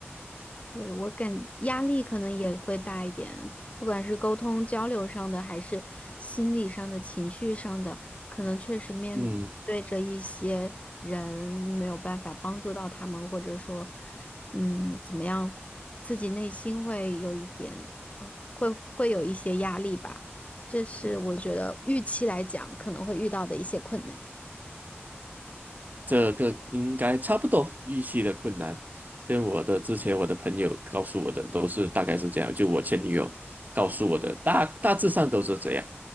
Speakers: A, on the left; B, on the right.
A: 对，我感压力可能也会大一点，不管是沟通交流上的，还是心理上的、情绪上的，可能确实面对着一些人没有办法帮助到他们，
B: 嗯，
A: 或者说，嗯，怎么样，自己内心会有一点，呃，会会有一些压力吧。这是我觉得预期来讲可能会遇到的一些困难。
B: 这个应该差不多预期的困难，跟我的之前我的朋友告诉我的都是大概是这样，就我前女友告诉我的大大致上都是这样。